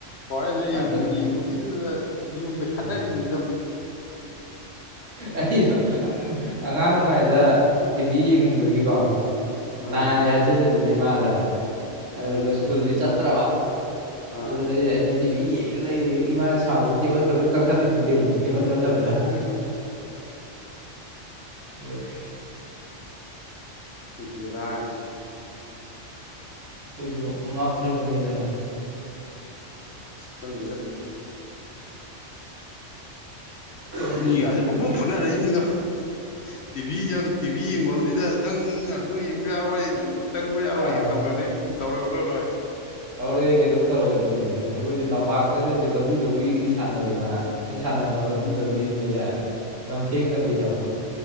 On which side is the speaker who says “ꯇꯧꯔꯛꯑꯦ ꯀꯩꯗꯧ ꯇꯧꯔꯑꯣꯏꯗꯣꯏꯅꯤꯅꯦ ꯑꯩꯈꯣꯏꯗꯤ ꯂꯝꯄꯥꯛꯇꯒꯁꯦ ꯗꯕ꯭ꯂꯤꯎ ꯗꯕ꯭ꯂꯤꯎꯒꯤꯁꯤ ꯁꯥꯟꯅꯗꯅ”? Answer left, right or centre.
Right